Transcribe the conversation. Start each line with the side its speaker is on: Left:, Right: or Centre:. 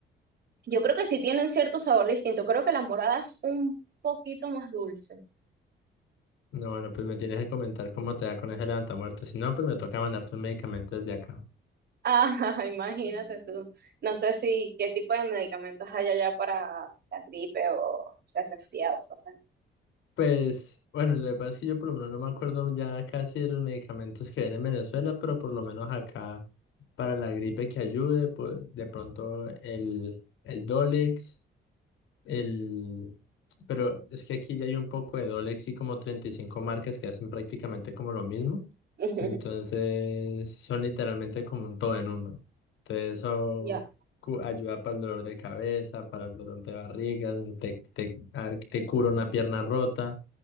Right: Yo creo que sí tienen cierto sabor distinto. Creo que la morada es un poquito más dulce.
Left: No, bueno, pues me tienes que comentar cómo te da con ese levantamuertos. Si no, pues me toca mandarte un medicamento desde acá.
Right: Ah, <laughs> imagínate tú. No sé si qué tipo de medicamentos hay allá para la gripe o ser resfriados, cosas
Left: Pues, bueno, lo que pasa es que yo por lo menos no me acuerdo ya casi de los medicamentos que ven en Venezuela, pero por lo menos acá para la gripe que ayude, pues de pronto el, el Dolex. El... Pero es que aquí ya hay un poco de Dolex y como 35 marcas que hacen prácticamente como lo mismo.
Right: así.
Left: Entonces
Right: <laughs>
Left: son literalmente como un todo en uno. Entonces eso
Right: Ya.
Left: cu- ayuda para el dolor de cabeza, para el dolor de barriga, te, te, ah, te cura una pierna rota.